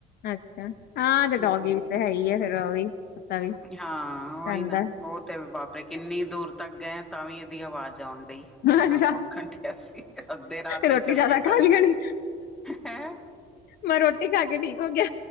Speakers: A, on the left (about 65°); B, in the centre.
A: ਅੱਛਾ ਹਾਂ ਤੇ
B: ਹੂੰ
A: ਡੋਗੀ ਵੀ ਤਾਂ ਹੈ ਹੀ ਆ, ਫਿਰ ਉਹ ਵੀ ਕੁੱਤਾ ਵੀ
B: ਹਾਂ ਉਹੀ
A: ਪੈਂਦਾ
B: ਨਾ
A: ਏ।
B: ਉਹ ਤੇ ਵਾਪਰੇ ਕਿੰਨੀ ਦੂਰ ਤਾਂ ਗਏ ਤਾਂ ਵੀ ਇਹਦੀ ਆਵਾਜ਼ ਆਉਣ ਡਈ, ਇੰਨਾ
A: ਅੱਛਾ
B: ਪੌਖਣ ਡਿਆ ਸੀ ਅੱਧੇ ਰਾਹ ਤਈ
A: ਰੋਟੀ
B: ਚੱਲ
A: ਜਿਆਦਾ
B: ਗਏ। ਤਾਵੀ
A: ਖਾ ਲਈ ਹੋਣੀ
B: ਹੈ।
A: ਮੈਂ ਰੋਟੀ ਖਾ ਕੇ ਠੀਕ ਹੋ ਗਿਆ